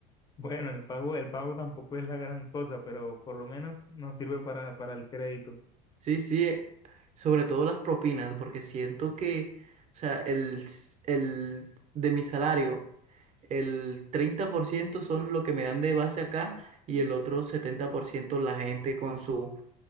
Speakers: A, on the left; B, on the right.
A: bueno, el pago, el pago tampoco es la gran cosa, pero por lo menos nos sirve para, para el crédito.
B: Sí, sí, sobre todo las propinas, porque siento que, o sea, el, s- el de mi salario, el 30% son lo que me dan de base acá y el otro 70% la gente con su